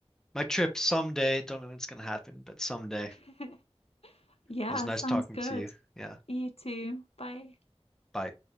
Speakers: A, in the centre; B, on the left.
A: my trip someday. Don't know when it's gonna happen, but someday.
B: <laughs>
A: It
B: Yeah,
A: was nice
B: sounds
A: talking
B: good.
A: to you. Yeah.
B: You too. Bye.
A: Bye.